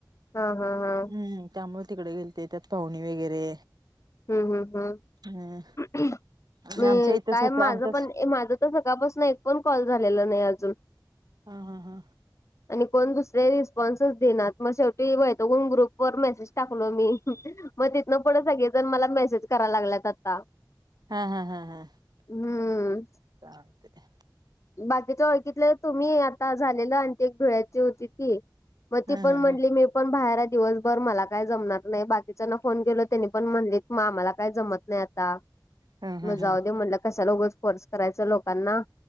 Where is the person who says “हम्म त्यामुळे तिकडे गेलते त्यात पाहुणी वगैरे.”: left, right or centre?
Right